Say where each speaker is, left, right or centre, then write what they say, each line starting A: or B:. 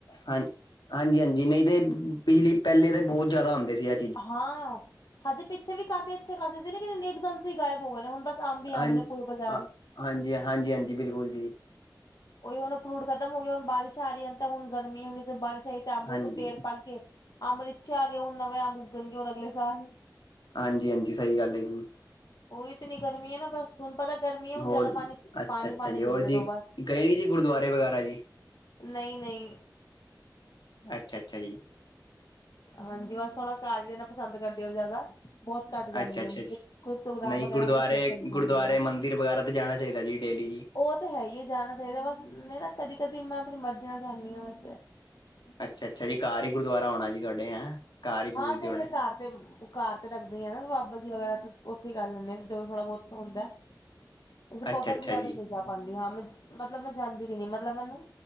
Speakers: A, on the left (about 80°); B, on the left (about 60°).
A: ਹਾਂਜੀ- ਹਾਂਜੀ -ਹਾਂਜੀ ਨਹੀਂ ਤੇ ਪਿਛਲੀ ਪਹਿਲੇ ਤਾਂ ਬਹੁਤ ਜ਼ਿਆਦਾ ਹੁੰਦੇ ਸੀ ਅ
B: ਹਾਂ ਹਜੇ ਪਿੱਛੇ ਵੀ ਕਾਫ਼ੀ ਅੱਛੇ ਖਾਸੇ ਸੀ ਲੇਕਿਨ ਇਕ ਦਮ ਸਹੀ ਗਾਇਬ ਹੋ ਗਏ ਨੇ ਹੁਣ ਬਸ ਅੰਬ ਈ
A: ਹਾਂ
B: ਅੰਬ ਣੇ ਪੂਰੇ ਬਾਜ਼ਾਰ
A: ਹਾਂ
B: ਚ
A: ਹਾਂਜੀ -ਹਾਂਜੀ- ਹਾਂਜੀ ਬਿਲਕੁਲ ਜੀ।
B: ਉਹੀ ਹੁਣ ਫਰੂਟ ਖਤਮ ਹੋ ਗਿਆ ਹੁਣ ਬਾਰਸ਼ ਆ ਰਹੀ ਹੈ ਤਾਂ ਹੁਣ ਗਰਮੀਆਂ ਦੀ ਤੇ ਬਾਰਿਸ਼ ਆਈ। ਤੇ ਅੰਬ
A: ਹਾਂਜੀ,
B: ਤੇ ਪੇੜ ਪੱਕ ਗਏ ਅੰਬ ਇੱਛੇ ਆਣ ਗਏ ਹੁਣ ਨਵੇਂ ਅੰਬ ਉੱਗਣਗੇ ਹੁਣ ਅਗਲੇ ਸਾਲ
A: ਹਾਂਜੀ- ਹਾਂਜੀ ਸਹੀ ਗੱਲ ਹੈ ਜੀ।
B: ਉਹੀ ਇਤਨੀ ਗਰਮੀ ਹੈ ਨਾ ਬਸ ਤੁਹਾਨੂੰ ਪਤਾ ਗਰਮੀ ਹੁਣ
A: ਹੋਰ
B: ਜ਼ਿਆਦਾ
A: ਜੀ,
B: ਪਾਣੀ,
A: ਅੱਛਾ-ਅੱਛਾ
B: ਪਾਣੀ
A: ਜੀ,
B: ਪੀਂਦੇ
A: ਹੋਰ ਜੀ
B: ਰਹੋ ਬਸ
A: ਗਏ ਨੀ ਜੀ ਗੁਰਦੁਆਰੇ ਵਗੈਰਾ ਜੀ?
B: ਨਹੀਂ -ਨਹੀਂ
A: ਅੱਛਾ- ਅੱਛਾ ਜੀ।
B: ਹਾਂਜੀ ਬਸ <unintelligible> ਦੇਣਾ ਪਸੰਦ ਕਰਦੇ ਹੋ ਜ਼ਿਆਦਾ <unintelligible> ਘੱਟ ਜਾਂਦੀ
A: ਅੱਛਾ -ਅੱਛਾ
B: ਆ
A: ਅੱ
B: ਕੋਈ ਪ੍ਰੋਗਰਾਮ
A: ਨਹੀਂ
B: ਵਗੈਰਾ
A: ਗੁਰਦੁਆਰੇ-
B: ਹੁੰਦਾ ਫਿਰ ਚਲੀ ਜਾਂਦੀ
A: ਗੁਰਦੁਆਰੇ
B: ਆ।
A: ਮੰਦਿਰ ਵਗੈਰਾ ਤੇ ਜਾਣਾ ਚਾਹੀਦਾ ਜੀ ਡੇਲੀ ਜੀ।
B: ਉਹ ਤਾਂ ਹੈ ਹੀ ਹੈ ਜਾਣਾ ਚਾਹੀਦਾ ਬਸ ਮੈਂ ਨਾ ਕਦੀ- ਕਦੀ ਮੈਂ ਆਪਣੀ ਮਰਜ਼ੀ ਨਾਲ ਜਾਂਦੀ ਹਾਂ ਵੈਸੇ
A: ਅੱਛਾ -ਅੱਛਾ ਜੀ ਘਰ ਹੀ ਗੁਰਦੁਆਰਾ ਹੋਣਾ ਜੀ ਤੁਹਾਡੇ ਹੈਂ। ਘਰ ਹੀ
B: ਹਾਂ
A: ਪੂਜਦੇ
B: ਅਸੀਂ ਆਪਣੇ
A: ਹੋਣੇ
B: ਘਰ ਤੇ ਘਰ ਤੇ ਰਖਦੇ ਹੀ ਆ ਨਾ ਬਾਬਾ ਜੀ ਵਗੈਰਾ ਉੱਥੇ ਹੀ ਕਰ ਲੈਂਦੀ ਆ ਜੋ ਵੀ ਥੋੜਾ ਬਹੁਤ ਹੁੰਦਾ। <unintelligible> ਨਹੀਂ
A: ਅੱਛਾ-ਅੱਛਾ ਜੀ।
B: ਜਾ ਪਾਉਂਦੀ ਹਾਂ ਮੈਂ ਮਤਲਬ ਮੈਂ ਜਾਂਦੀ ਵੀ ਨ ਮਤਲਬ ਮੈਨੂੰ